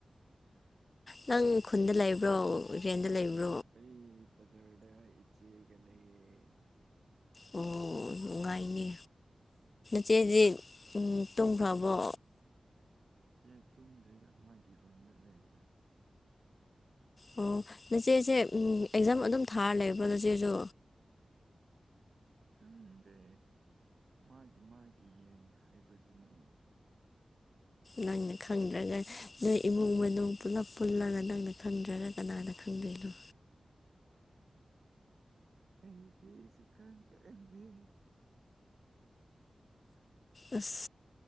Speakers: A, on the left; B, on the right.
A: ꯅꯪ ꯈꯨꯟꯗ ꯂꯩꯕ꯭ꯔꯣ ꯏꯔꯦꯟꯗ ꯂꯩꯕ꯭ꯔꯣ
B: ꯑꯩ ꯖꯔꯗ ꯏꯆꯦꯒ ꯂꯩꯦ
A: ꯑꯣ ꯅꯨꯡꯉꯥꯏꯅꯤ ꯆꯦꯁꯤꯁꯦ ꯇꯨꯡ ꯈꯔꯥꯕꯣ
B: ꯑꯦ ꯇꯨꯝꯗ꯭ꯔꯤꯗ ꯃꯥꯒꯤ ꯔꯨꯝꯗ ꯂꯩꯗ
A: ꯑꯣ ꯅꯆꯦꯁꯦ ꯑꯦꯛꯖꯥꯝ ꯑꯗꯨꯝ ꯊꯥꯔ ꯂꯩꯕꯣ ꯅꯆꯦꯁꯨ
B: ꯈꯪꯗꯦ ꯃꯥꯒꯤ ꯃꯥꯒꯤ ꯌꯥꯏ ꯍꯥꯏꯕꯗꯨꯅꯤ
A: ꯅꯪꯅ ꯈꯪꯗ꯭ꯔꯒ ꯅꯣꯏ ꯏꯃꯨꯡ ꯃꯅꯨꯡ ꯄꯨꯂꯞ ꯄꯨꯜꯂꯒ ꯅꯪꯅ ꯈꯪꯗ꯭ꯔꯒ ꯀꯅꯥꯅ ꯈꯪꯦ ꯀꯗꯨ
B: ꯑꯩꯗꯤꯁꯨ ꯈꯪ ꯈꯪꯗꯦ
A: ꯑꯁ